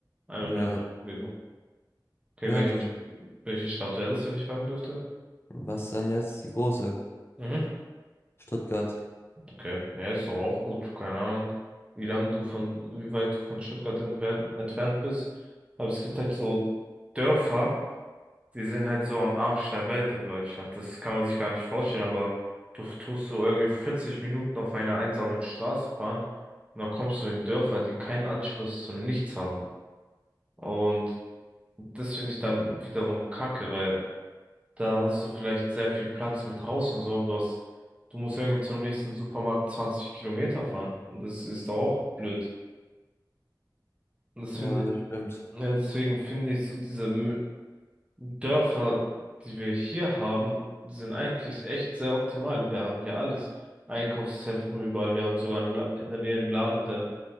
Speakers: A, on the right; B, on the left.
A: einfach
B: Ja.
A: nur in der
B: Ja,
A: Umgebung? Okay,
B: ja,
A: welche,
B: so eine,
A: welche Stadt wäre das, wenn ich fragen dürfte?
B: was dann jetzt die große?
A: Mhm.
B: Stuttgart.
A: Okay, ja, ist doch auch gut. Keine Ahnung, wie lange du von, wie weit du von Stuttgart entfernt, entfernt bist. Aber es gibt halt so Dörfer. die sind halt so am Arsch der Welt in Deutschland. Das kann man sich gar nicht vorstellen, aber du tust so irgendwie 40 Minuten auf einer einsamen Straße fahren und dann kommst du in Dörfer, die keinen Anschluss zu nichts haben. Und das finde ich dann wiederum kacke, weil da hast du vielleicht sehr viel Platz mit Haus und so, aber du hast, du musst irgendwie zum nächsten Supermarkt 20 Kilometer fahren. Und das ist doch auch blöd. Und das
B: Ja,
A: finde,
B: das stimmt.
A: ja, deswegen finde ich so diese M- Dörfer, die wir hier haben, sind eigentlich echt sehr optimal. Wir haben hier alles. Einkaufszentrum überall. Wir haben sogar einen La- in der Nähe einen Laden, der